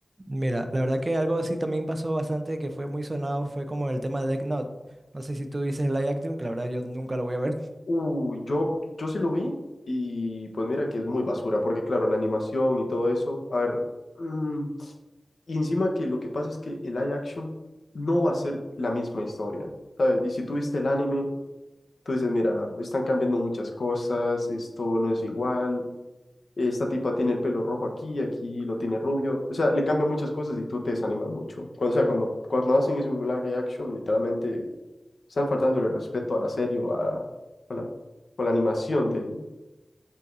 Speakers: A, on the right; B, on the left.
A: Mira, la verdad que algo así también pasó bastante que fue muy sonado, fue como el tema de Death Note. No sé si tú dices live action, que la verdad yo nunca lo voy a ver. <laughs>
B: Uy, yo, yo sí lo vi y pues mira que es muy basura, porque claro, la animación y todo eso, a ver, mm, y encima que lo que pasa es que el live action no va a ser la misma historia, ¿sabes? Y si tú viste el anime Tú dices, mira, están cambiando muchas cosas, esto no es igual, esta tipa tiene el pelo rojo aquí, aquí lo tiene rubio. O sea, le cambian muchas cosas y tú te desanimas mucho. Cuando, o sea, cuando, cuando hacen eso en un live action, literalmente están faltando el respeto a la serie o a la, o la, o la animación de,